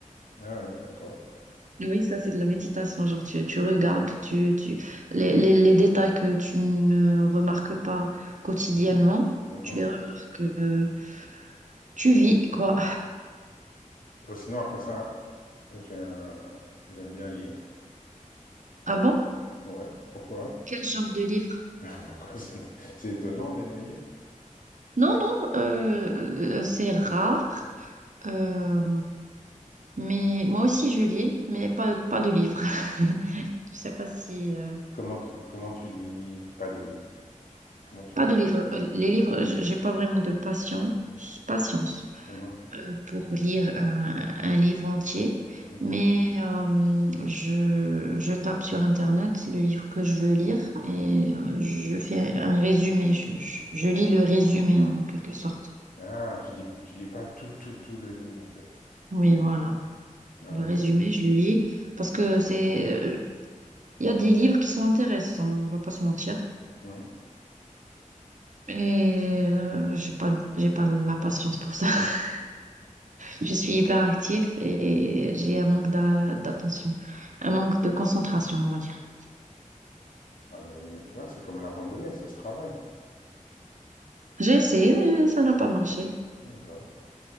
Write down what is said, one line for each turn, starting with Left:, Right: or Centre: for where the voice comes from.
Left: Ah ouais, d'accord.
Right: Oui, ça, c'est de la méditation. Genre, tu, tu regardes tu, tu, les, les, les détails que tu ne remarques pas quotidiennement,
Left: Mhm.
Right: tu les remarques, euh, tu vis, quoi.
Left: Bon, sinon, après ça, j'ai un... j'aime bien lire.
Right: Ah bon?
Left: Ouais, pourquoi?
Right: Quel genre de livre?
Left: <laughs> Pourquoi c'est c'est étonnant d'aimer lire?
Right: Non, non, euh, euh, c'est rare. euh, mais moi aussi, je lis, mais pas, pas de livre. <laughs> Je sais pas si... euh,
Left: Comment tu, comment tu lis pas des livres? Comment tu
Right: Pas
Left: fais?
Right: de livres. Euh, Les livres, j- j'ai pas vraiment de patience, patience
Left: Mhm,
Right: euh, pour lire un, un livre entier,
Left: mhm,
Right: mais euh, je, je tape sur Internet le livre que je veux lire
Left: mhm.
Right: et euh, je fais un résumé. Je, je- je lis le résumé en quelque sorte.
Left: Ah, tu dis, tu lis pas tout, tout, tout le livre, en fait.
Right: Oui, voilà.
Left: Ah,
Right: Le résumé,
Left: tu-
Right: je le lis parce que c'est, euh, il y a des livres qui sont intéressants, on va pas se mentir.
Left: mhm.
Right: Et euh, j'ai pas, j'ai pas la patience pour ça. <laughs> Je suis hyper active et j'ai un manque d'a- d'attention, un manque de concentration, on va dire.
Left: Ah, mais tu vois, c'est comme la randonnée, ça se travaille.
Right: J'ai essayé, mais ça n'a pas marché.
Left: D'accord,